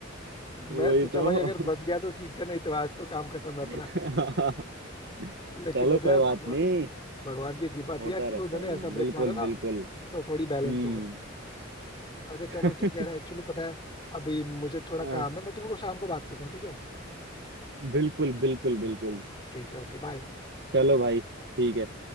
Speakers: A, on the left; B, on the right.
A: <laughs>
B: वही
A: मैं सोचा
B: तो
A: भाई अगर बच गया तो ठीक है नहीं तो आज तो काम खत्म है
B: <laughs>
A: अपना लेकिन
B: चलो
A: बताया
B: कोई बात
A: भगवान
B: नहीं
A: भगवान की कृपा
B: होता
A: थी यार कि वो
B: रहता
A: उन्होंने
B: है
A: ऐसा
B: बिल्कुल
A: ब्रेक मारा ना
B: बिल्कुल
A: और थोड़ी बैलेंस
B: हम्म
A: हो गई अच्छा
B: <laughs>
A: चलो ठीक है यार, एक्चुअली पता है अभी मुझे थोड़ा
B: हाँ
A: काम है मैं तुमको शाम को बात करता हूँ ठीक है
B: बिल्कुल बिल्कुल बिल्कुल
A: ठीक है ओके बाय
B: चलो भाई ठीक है